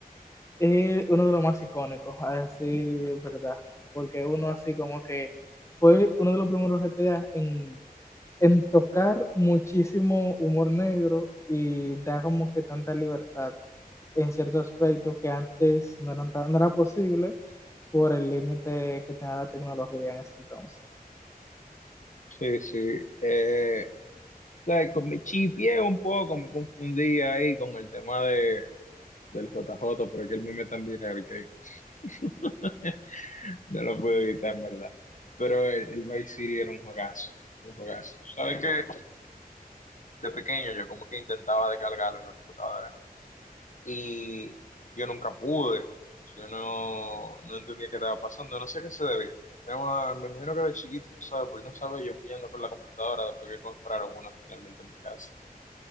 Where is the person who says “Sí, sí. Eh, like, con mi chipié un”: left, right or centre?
Left